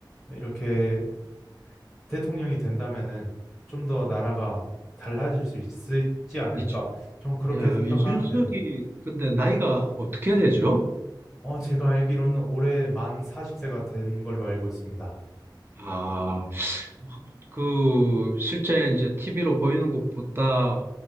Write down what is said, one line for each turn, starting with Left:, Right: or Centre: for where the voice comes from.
Centre: 이렇게 대통령이 된다면은 좀 더 나라가 달라질 수 있지 않을까?
Right: 이주,
Centre: 좀 그렇게
Right: 야,
Centre: 생각하는데,
Right: 이준석이 근데 나이가 어떻게 되죠?
Centre: 어, 제가 알기로는 올해 만 40세가 된 걸로 알고 있습니다.
Right: 아, 그 실제 이제 TV로 보이는 것보다